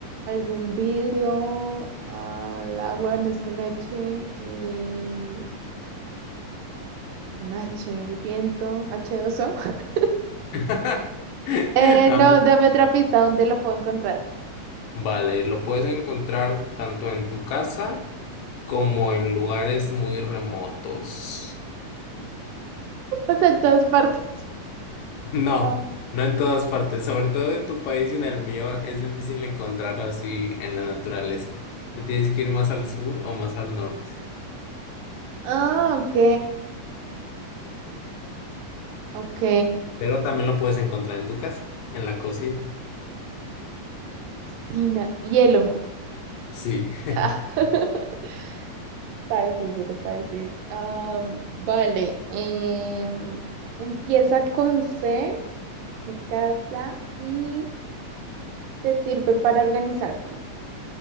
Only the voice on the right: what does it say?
algún vidrio al agua, no es con H. el- con H, el viento, h dos o <laughs>
Eh,
no, dame otra pista, ¿dónde lo puedo encontrar?
O sea, en todas partes.
Ah,
ah, ok. Ok.
Cocina. Hielo.
Ah, <laughs> Está difícil, está difícil. Am, vale. em, empieza con C de casa y te sirve para organizar.